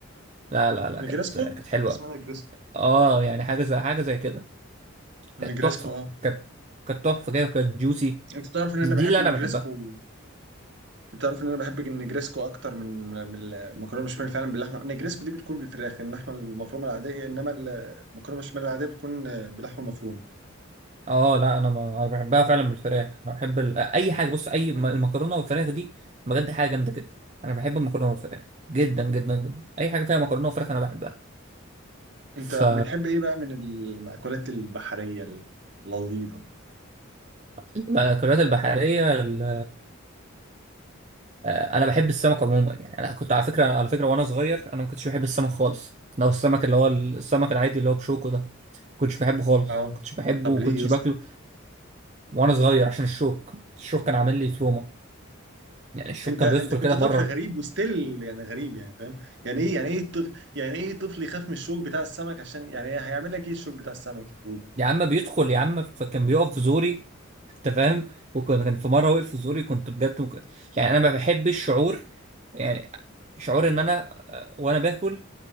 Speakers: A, on the right; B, on the right.
A: لا لا لا
B: نجرسكو
A: كانت كانت حلوه
B: اسمها نجرسكو
A: اه يعني حاجه زي حاجه زي كده
B: نجريسكو
A: كانت تحفه
B: اه
A: كانت كانت تحفه كده وكانت جوسي
B: انت تعرف ان
A: دي,
B: انا
A: دي
B: بحب
A: اللي
B: النجريسكو
A: انا بحبها
B: انت تعرف ان انا بحب النجريسكو اكتر من من المكرونه بشاميل فعلا باللحمه النجريسكو دي بتكون بالفراخ اللحمه المفرومه العاديه انما المكرونه بشاميل العاديه بتكون باللحمه المفرومه
A: اه لا انا ما انا بحبها فعلا بالفراخ انا بحب ال... اي حاجه بص اي م- المكرونه والفراخ دي بجد حاجه جامده جدا انا بحب المكرونه والفراخ جدا جدا جدا اي حاجه فيها مكرونه وفراخ انا بحبها
B: انت
A: ف
B: بتحب ايه بقى من المأكولات البحريه اللذيذه
A: المأكولات البحرية ال- آه، أنا بحب السمك عموما يعني أنا كنت على فكرة على فكرة وأنا صغير أنا ما كنتش بحب السمك خالص لو السمك اللي هو ال- السمك العادي اللي هو بشوكه ده كنتش بحبه خالص
B: اه
A: كنتش بحبه
B: طب
A: وكنتش
B: ليه يا اسطى
A: باكله وأنا صغير عشان الشوك الشوك كان عامل لي تروما يعني الشوك
B: انت
A: كان
B: انت
A: بيدخل
B: كنت
A: كده
B: طفل
A: في مرة
B: غريب وستيل يعني غريب يعني فاهم يعني ايه يعني ايه طفل يعني ايه طفل يخاف من الشوك بتاع السمك عشان يعني هيعمل لك ايه الشوك بتاع السمك يا اخوي
A: يا عم بيدخل يا عم فكان بيقف في زوري أنت فاهم وكان كان في مرة وقف في زوري كنت بجد ممكن يعني أنا ما بحبش الشعور يعني شعور إن أنا آه، وأنا باكل